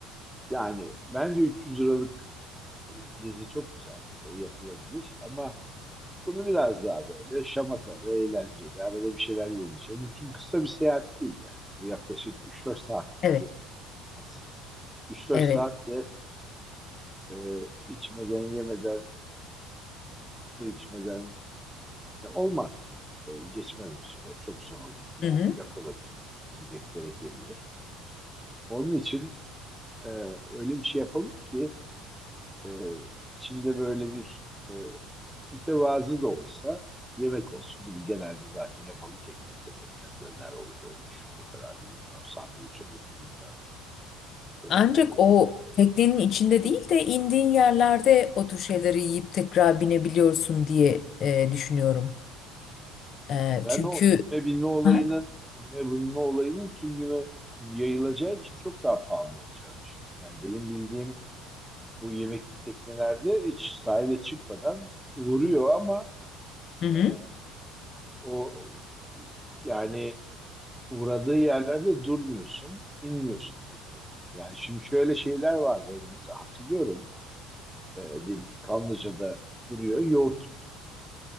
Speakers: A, in the centre; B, on the left.
A: Yani bence 300 liralık gezi çok güzel tabii o yapılabilir ama bunu biraz daha böyle şamatalı, eğlenceli, arada bir şeyler yemeyeceğim. Bu çünkü kısa bir seyahat değil yani. Bu yaklaşık üç dört saatlik
B: evet.
A: bir tur. Az. üç dört
B: Evet.
A: saatte e, içmeden, yemeden, su içmeden, Yani olmaz yani. O geçmez o süre. Çok zor olur. Bir
B: Hı
A: de
B: hı.
A: sıcak olabilir. İçecek gerekebilir. Onun için e, öyle bir şey yapalım ki e, içinde böyle bir e, mütevazı da olsa yemek olsun gibi. Genelde zaten ya balık ekmek olur ya döner olur. Öyle bir şey olur herhalde. Bilmiyorum. Sandviç olur. Bilmiyorum. Böyle
B: Ancak
A: bir şey olabilir.
B: o teknenin içinde değil de indiğin yerlerde o tür şeyleri yiyip tekrar binebiliyorsun diye e, düşünüyorum. E,
A: Ben
B: çünkü
A: o inme bilme olayının
B: Aha.
A: inme bilme olayının tüm güne yayılacağı için çok daha pahalı olacağını düşünüyorum. Yani benim bildiğim bu yemekli teknelerde hiç sahile çıkmadan vuruyor ama
B: Hı hı.
A: e, o yani uğradığı yerlerde durmuyorsun, inmiyorsun diye biliyorum. Yani şimdi şöyle şeyler var böyle mesela hatırlıyorum. E, diyelim ki Kanlıca'da duruyor yoğurt yiyorsun.